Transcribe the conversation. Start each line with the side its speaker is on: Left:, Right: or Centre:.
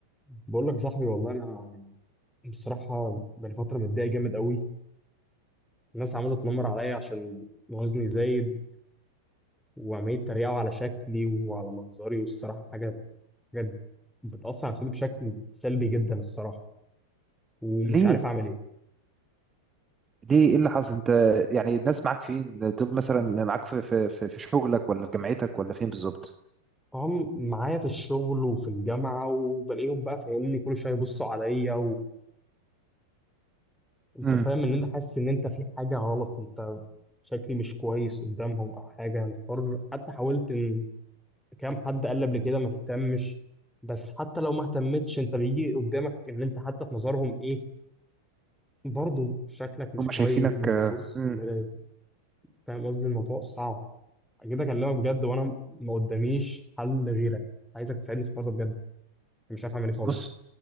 Centre: بقول لك يا صاحبي والله انا بصراحه بقالي فتره متضايق جامد قوي الناس عماله تنمر عليا عشان وزني زايد وعمالين يتريقوا على شكلي وعلى منظري والصراحه حاجه حاجه بتاثر على نفسيتي بشكل سلبي جدا الصراحه ومش
Right: ليه
Centre: عارف اعمل ايه
Right: ليه ايه اللي حصل انت يعني الناس معاك فين دول مثلا معاك في في في في شغلك ولا في جامعتك ولا فين بالظبط
Centre: طبعا معايا في الشغل وفي الجامعه وبلاقيهم بقى فاهمني كل شويه يبصوا عليا وانت
Right: امم
Centre: فاهم ان انت حاسس ان انت في حاجه غلط انت شكلي مش كويس قدامهم او حاجه حر حتى حاولت كام حد قال لي قبل كده ما تهتمش بس حتى لو ما اهتمتش انت بيجي قدامك ان انت حتى في نظرهم ايه برضه شكلك مش
Right: هم
Centre: كويس
Right: شايفينك
Centre: بتبص
Right: آه، امم
Centre: في المراية فاهم قصدي الموضوع صعب اجي اكلمك بجد وانا ما قداميش حل غيرك عايزك تساعدني في الحوار ده بجد مش عارف اعمل ايه خالص
Right: بص